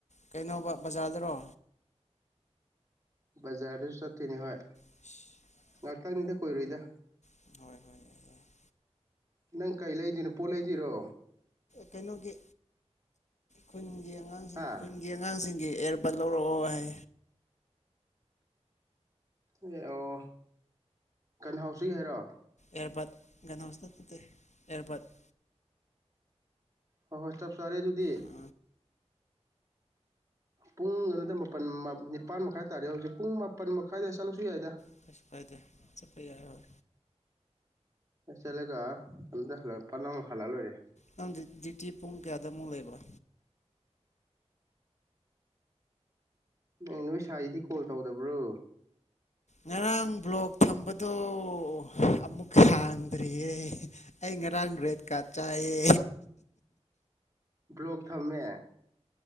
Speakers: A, on the left; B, on the right.
A: ꯀꯩꯅꯣꯕ ꯕꯖꯥꯔꯗꯥꯔꯣ
B: ꯕꯖꯥꯔꯗꯥ ꯆꯠꯇꯣꯏꯅꯤ ꯍꯣꯏ
A: <inaudible>
B: ꯉꯥꯛꯇꯪꯅꯤꯗꯥ ꯀꯨꯏꯔꯣꯏꯗꯥ
A: ꯍꯣꯏ ꯍꯣꯏ
B: ꯅꯪ ꯀꯩ ꯂꯩꯗꯣꯏꯅꯣ ꯄꯣꯠ ꯂꯩꯗꯣꯏꯔꯣ
A: ꯀꯩꯅꯣꯒꯤ ꯈꯨꯟꯒꯤ ꯑꯉꯥꯡꯁꯤꯡ
B: ꯍꯥ
A: ꯈꯨꯟ ꯒꯤ ꯑꯉꯥꯡꯖꯤꯡꯒꯤ ꯑꯦꯌꯥꯔꯕꯥꯠ ꯂꯧꯔꯛꯑꯣ ꯍꯥꯏ
B: ꯑꯦ ꯑꯣ ꯀꯟꯍꯥꯎꯁꯤꯒꯤ ꯍꯥꯏꯔꯣ
A: ꯑꯦꯔꯕꯥꯠ ꯒꯟ ꯍꯥꯎꯁ ꯅꯠꯇꯦ ꯑꯦꯔꯕꯥꯠ
B: ꯍꯣꯏ ꯍꯣꯏ ꯆꯞ ꯆꯥꯔꯦ ꯑꯗꯨꯗꯤ
A: ꯑꯥ
B: ꯄꯨꯡ ꯑꯗꯨꯗꯥ ꯃꯥꯄꯜ ꯅꯤꯄꯥꯟ ꯃꯈꯥꯏ ꯇꯥꯔꯦ ꯍꯧꯖꯤꯛ ꯄꯨꯡ ꯃꯥꯄꯟ ꯃꯈꯥꯏ ꯑꯗꯥꯏ ꯆꯠꯂꯥꯁꯨ ꯌꯥꯏꯗꯥ
A: <unintelligible> ꯆꯇꯄꯥ ꯌꯥꯔꯣꯏ
B: ꯆꯠꯂꯒꯗ ꯍꯜꯂ ꯄ ꯅꯛ ꯍꯜꯂꯛ ꯂꯣꯏꯔꯦ
A: ꯅꯪ ꯗꯤꯌꯇꯤ ꯄꯨꯡ ꯀꯌꯥꯗꯃꯨꯛ ꯂꯩꯕ꯭ꯔꯥ
B: ꯅ ꯅꯣꯏ ꯁꯥꯏꯒꯤꯗꯤ ꯀꯣꯜ ꯇꯧꯗꯕ꯭ꯔꯣ
A: ꯉꯔꯥꯡ ꯕ꯭ꯂꯣꯛ ꯊꯝꯕꯗꯣ ꯑꯃꯨꯛ ꯍꯥꯡꯗ꯭ꯔꯤꯌꯦ ꯑꯩ ꯉꯔꯥꯡ ꯔꯦꯠ ꯀꯥꯔꯗ ꯆꯥꯏꯌꯦ
B: ꯕ꯭ꯂꯣꯛ ꯊꯝꯃꯦ